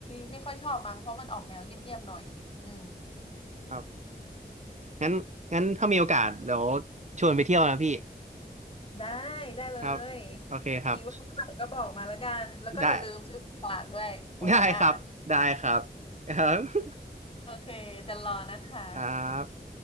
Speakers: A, on the left; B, on the right.
A: ไม่ค่อยชอบมั้งเพราะมันออกแนวเงียบๆหน่อยอืม
B: ครับงั้นงั้นถ้ามีโอกาสเดี๋ยวชวนไปเที่ยวนะพี่
A: ได้ได้เลย
B: ครับโอเคครับ
A: ทีว่างเมื่อไหร่ก็บอกมาแล้วกันแล้วก็อย่าลืมซื้อของฝากด้วยโอซาก้า
B: ได้ได้ครับได้ครับ <laughs> ครับ <laughs>
A: โอเคจะรอนะคะ
B: ครับ